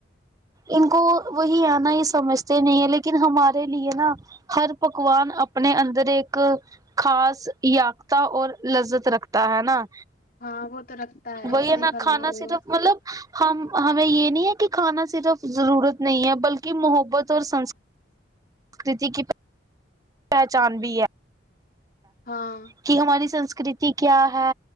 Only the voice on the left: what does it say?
ہاں وہ تو رکھتا
صحیح
فرما
رہے
ہو
ہاں